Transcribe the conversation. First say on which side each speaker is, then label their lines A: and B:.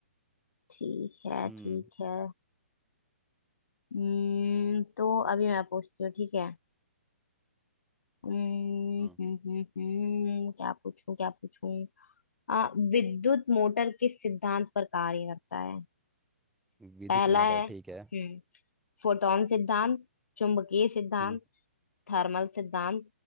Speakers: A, on the left; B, in the centre.
A: ठीक है
B: हम्म
A: ठीक है हम्म तो अभी मैं पूछती हूँ ठीक है हम्म
B: हम्म,
A: हम्म हम्म हम्म, क्या पूछूं क्या पूछूं अ, विद्युत मोटर किस सिद्धांत पर कार्य करता है
B: विद्युत
A: पहला
B: मोटर
A: है हम्म
B: ठीक है
A: फोटोन सिद्धांत चुंबकीय सिद्धांत
B: हम्म
A: थर्मल सिद्धांत